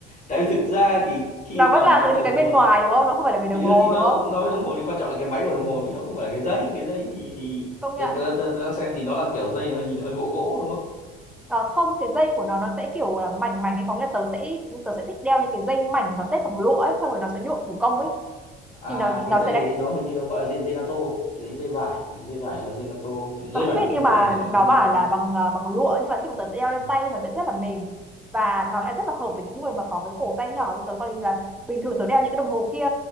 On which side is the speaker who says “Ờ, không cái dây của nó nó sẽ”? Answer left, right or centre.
Centre